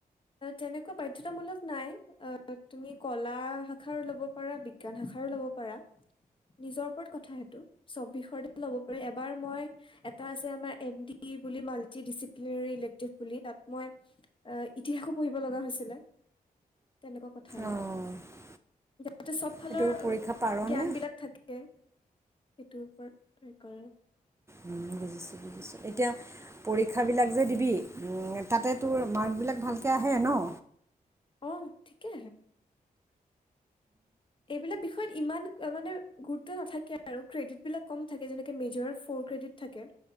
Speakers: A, on the left (about 35°); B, on the right (about 20°).
A: তেনেকুৱা বাধ্যতামূলক নাই অ', তুমি কলা শাখাৰও ল'ব পাৰা বিজ্ঞান শাখাৰও ল'ব প পাৰা নিজৰ ওপৰত কথা সেটো চব বিষয়ৰ ল'ব পাৰি এবাৰ মই এটা আছে আমাৰ এম ডি বুলি মাল্টি ডিচিপ্ললেট বুলি। মই অ'। ইতিহাসো পঢ়িব লগা হৈছিলে তেনেকুৱা কথা আৰু।
B: অঁ
A: তাতে চব ফালৰ
B: এইটো পৰীক্ষা পাৰনে
A: জ্ঞান বিলাক থাকে। সেইটোৰ ওপৰত ত' কৰে-
B: উম,
A: <inaudible>
B: বুজিছোঁ বুজিছোঁ এতিয়া। পৰীক্ষাবিলাক যে দিবি তাতে তোৰ মাৰ্কবিলাক ভালকৈ আহে ন'?
A: অ', ঠিকে আহে। এইবিলাক বিষয়ত ইমান মানে গুৰুত্ব নাথাকে আৰু ক্ৰেডিট বিলাক কম থাকে যেনেকে মেজৰ ফ'ৰ ক্ৰেডিট থাকে